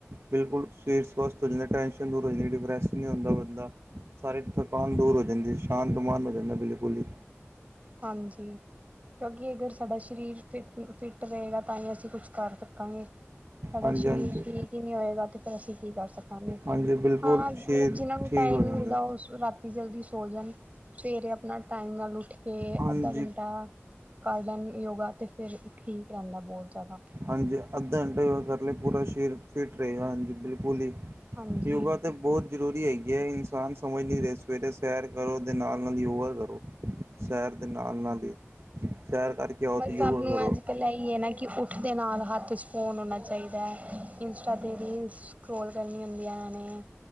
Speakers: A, on the right; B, on the right.
A: ਬਿਲਕੁਲ, ਸਰੀਰ ਸਵਸਥ ਹੋ ਜਾਂਦਾ ਟੈਂਸ਼ਨ ਦੂਰ ਹੋ ਜਾਂਦੀ ਡਿਪਰੈਸ ਨਹੀਂ ਹੁੰਦਾ ਬੰਦਾ। ਸਾਰੇ ਥਕਾਨ ਦੂਰ ਹੋ ਜਾਂਦੀ ਹੈ, ਸ਼ਾਂਤ ਮਨ ਹੋ ਜਾਂਦਾ ਬਿਲਕੁਲ ਹੀ।
B: ਹਾਂਜੀ। ਕਿਉਂਕਿ ਅਗਰ ਸਾਡਾ ਸਰੀਰ ਫਿਟ, ਫਿੱਟ ਰਹੇਗਾ ਤਾਂ ਹੀ ਅਸੀਂ ਕੁਛ ਕਰ ਸਕਾਂਗੇ। ਸਾਡਾ
A: ਹਾਂਜੀ
B: ਸ਼ਰੀਰ
A: ਹਾਂਜੀ
B: ਠੀਕ ਹੀ ਨਹੀਂ ਹੋਏਗਾ ਤੇ ਫਿਰ ਅਸੀਂ ਕੀ ਕਰ ਸਕਾਂਗੇ।
A: ਹਾਂਜੀ ਬਿਲਕੁਲ
B: ਹਾਂ, ਮਤਲਬ
A: ਸਰੀਰ
B: ਜਿਹਨਾਂ ਨੂੰ
A: ਠੀਕ
B: ਟਾਈਮ
A: ਹੋ ਜਾਂਦਾ
B: ਨੀ ਮਿਲਦਾ, ਉਹ ਸੁ ਰਾਤ ਤੇ ਜਲਦੀ ਸੋ ਜਾਣ। ਸਵੇਰੇ ਆਪਣਾ ਟਾਈਮ ਨਾਲ ਉੱਠ ਕੇ
A: ਹਾਂਜੀ
B: ਅੱਧਾ ਘੰਟਾ ਕਰ ਲੈਣ ਯੋਗਾ ਤਾਂ ਫਿਰ ਠੀਕ ਰਹਿੰਦਾ ਬਹੁਤ ਜ਼ਿਆਦਾ।
A: ਹਾਂਜੀ ਅੱਧਾ ਘੰਟਾ ਹੀ ਕਰ ਲਏ ਪੂਰਾ ਸਰੀਰ ਫਿਟ ਰਹੇਗਾ, ਹਾਂਜੀ ਬਿਲਕੁਲ ਹੀ
B: ਹਾਂਜੀ
A: ਯੋਗਾ ਤੇ ਬਹੁਤ ਜ਼ਰੂਰੀ ਹੈਗੀ ਹੈ, ਇਨਸਾਨ ਸਮਝ ਨਹੀਂ ਰਹੇ ਸਵੇਰੇ ਸੈਰ ਕਰੋ, ਤੇ ਨਾਲ- ਨਾਲ ਯੋਗਾ ਕਰੋ। ਸ਼ਹਿਰ ਦੇ ਨਾਲ- ਨਾਲ ਹੀ, ਸੈਰ ਕਰਕੇ ਆਓ
B: ਪਰ
A: ਤੇ ਯੋਗਾ
B: ਸਭ ਨੂੰ
A: ਕਰੋ
B: ਅੱਜ ਕੱਲ ਇਹੀ ਹੈ ਨਾ ਕਿ ਉ ਦੇ ਨਾਲ ਹੱਥ 'ਚ ਫ਼ੋਨ ਹੋਣਾ ਚਾਹੀਦਾ ਹੈ, ਇੰਸਟਾ ਦੇ ਰੀਲਸ ਸਕਰੋਲ ਕਰਨੀ ਹੁੰਦੀਆਂ ਇਹ ਨੇ,